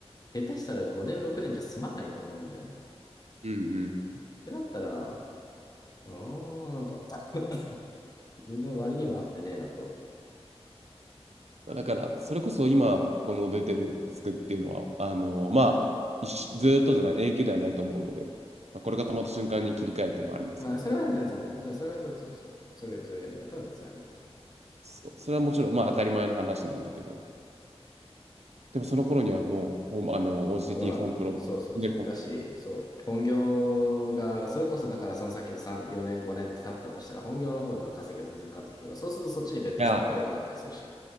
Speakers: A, on the left (about 35°); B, on the right (about 75°).
A: 下手したら5年、6年じゃ済まないと思うんだよね。っ
B: うん、うん。
A: てなったら、うーん、なんか、<laughs> 全然割には合ってねえなと。
B: だから、それこそ今、この出てるタスクっていうのは、あの、まあ、一緒ずーっとじゃない、永久ではないと思うので、まあ、これが止まった瞬間に切り替えるともありますよね。
A: まあ、それは全然あり。だからそれはそうそうそう。それ、そういうやり方は全然ありだと。
B: そう、それはもちろん、まあ、当たり前の話なんだけど、でもその頃にはもう、ホームあの、OGT
A: そうなんだよ。
B: ホームプロになるかも。
A: そうそうそう。だし、そう。本業が、それこそだからそのさっきの3、4年、5年って経ったとしたら、本業の方での稼ぎが全然変わってきてるから、そうするとそっちにベットした方が良くなったりするし。
B: いや、